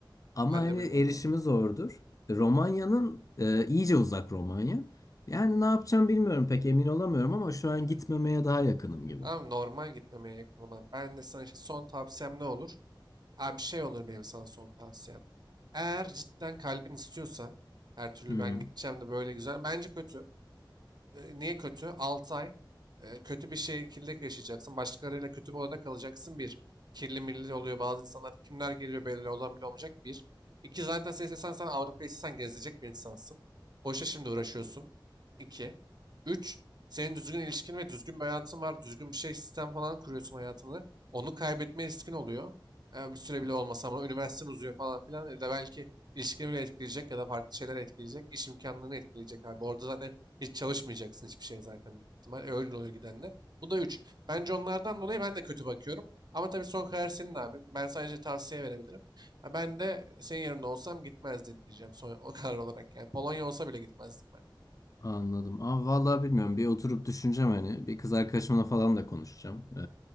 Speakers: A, on the left; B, on the right.
A: ama
B: Ben
A: hani
B: de bilmiyorum
A: erişimi
B: onu.
A: zordur. Romanya'nın e, iyice uzak Romanya. Yani ne yapacağım bilmiyorum pek emin olamıyorum ama şu an gitmemeye
B: Ah,
A: daha yakınım gibi.
B: Abi normal gitmemeye yakın olman. Ben de sana işte son tavsiyem ne olur? Abi bir şey olur benim sana son tavsiyem. Eğer cidden kalbin istiyorsa her türlü
A: Hmm.
B: ben gideceğim de böyle güzel. Bence kötü. E, niye kötü? 6 ay e, kötü bir şekilde yaşayacaksın. Başkalarıyla kötü bir odada kalacaksın. Bir. Kirli milli oluyor. Bazı insanlar kimler geliyor belli odan bile olmayacak. Bir. İki zaten sen istesen sen Avrupa'yı istesen gezecek bir insansın. Boşa şimdi uğraşıyorsun. İki. Üç. Senin düzgün ilişkin ve düzgün bir hayatın var. Düzgün bir şey sistem falan kuruyorsun hayatını. Onu kaybetme riskin oluyor. E, bir süre bile olmasa ama üniversiten uzuyor falan filan. Ya da belki ilişkini bile etkileyecek ya da farklı şeyler etkileyecek. İş imkanlarını etkileyecek abi. Orada zaten hiç çalışmayacaksın hiçbir şey zaten büyük ihtimal. E, Öyle oluyor gidenler. Bu da 3. Bence onlardan dolayı ben de kötü bakıyorum. Ama tabii son karar senin abi. Ben sadece tavsiye verebilirim. Ha, Ben de senin yerinde olsam gitmezdim diyeceğim son o <laughs> karar olarak. Yani Polonya olsa bile gitmezdim ben.
A: Anladım. Ama vallahi bilmiyorum. Bir oturup düşüneceğim hani. Bir kız arkadaşımla falan da konuşacağım. Ee,